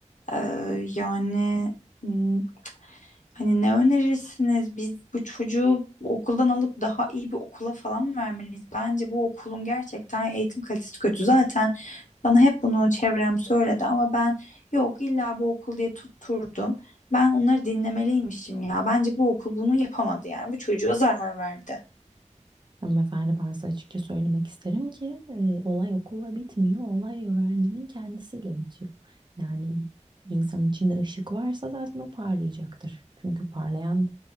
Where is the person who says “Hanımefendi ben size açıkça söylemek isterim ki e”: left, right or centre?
Right